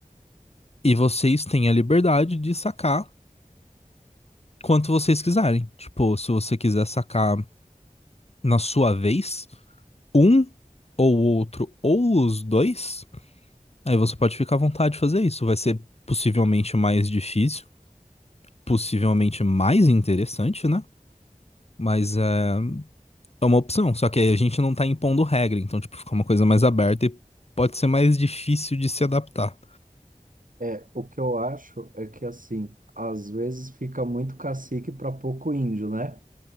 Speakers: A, on the left; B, on the right.
A: e vocês têm a liberdade de sacar quanto vocês quiserem. Tipo, se você quiser sacar na sua vez, um ou outro, ou os dois, aí você pode ficar à vontade de fazer isso. Vai ser possivelmente mais difícil, possivelmente mais interessante, né? Mas é, é uma opção. Só que aí a gente não tá impondo regra, então, tipo, fica uma coisa mais aberta e pode ser mais difícil de se adaptar.
B: É, o que eu acho é que, assim, às vezes fica muito cacique para pouco índio, né? <laughs>